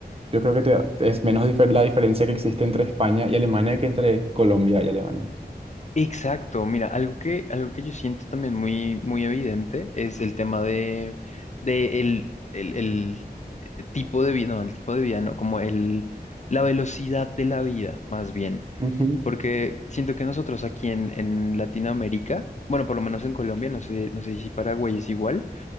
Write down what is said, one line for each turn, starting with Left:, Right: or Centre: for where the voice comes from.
Right: yo creo que te- es menos difer- la diferencia que existe entre España y Alemania que entre Colombia y Alemania.
Left: Exacto, mira, algo que, algo que yo siento también muy, muy evidente es el tema de, de el, el- el, eh, tipo de vida, no, el tipo de vida, no, como el, la velocidad de la vida, más bien.
Right: Ujú.
Left: Porque siento que nosotros aquí en, en Latinoamérica, bueno, por lo menos en Colombia, no sé, no sé si Paraguay es igual,